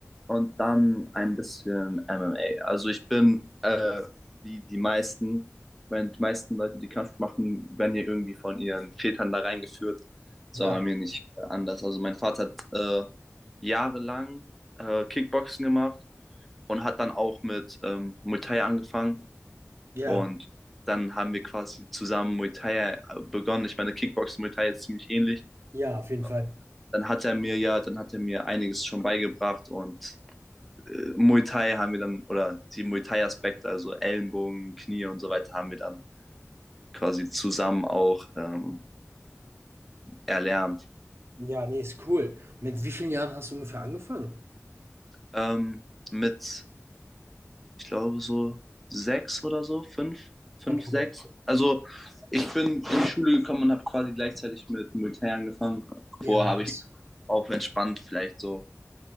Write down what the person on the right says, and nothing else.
Ja,
ja,
ja, auf jeden
Fall.
Ja, nee, ist cool. Mit wie vielen Jahren hast du ungefähr angefangen?
Okay, okay.
Ja,
nice.